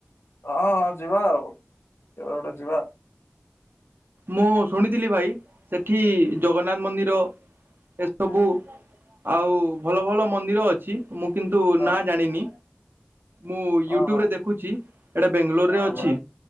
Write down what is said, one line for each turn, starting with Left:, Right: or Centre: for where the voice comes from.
Left: ହଁ ହଁ ଯିବା ଆଉ କେବେ ଗୋଟେ ଯିବା।
Right: ମୁଁ ଶୁଣିଥିଲି ଭାଇ ସେଠି ଜଗନ୍ନାଥ ମନ୍ଦିର ସବୁ ଆଉ ଭଲ ଭଲ ମନ୍ଦିର ଅଛି। ମୁଁ କିନ୍ତୁ
Left: ହଁ
Right: ନା ଜାଣିନି ମୁଁ ୟୁଟ୍ୟୁବ
Left: ହଁ ହଁ
Right: ରେ ଦେଖ୍ ଦେଖୁଛି ଏଇଟା ବେଙ୍ଗାଲୋର ରେ ଅଛି
Left: ହଁ